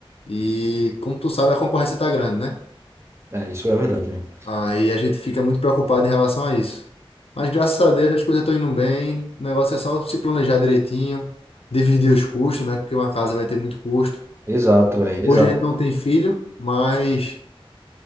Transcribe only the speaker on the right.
É, isso é verdade, velho.
Exato, velho.
Exato.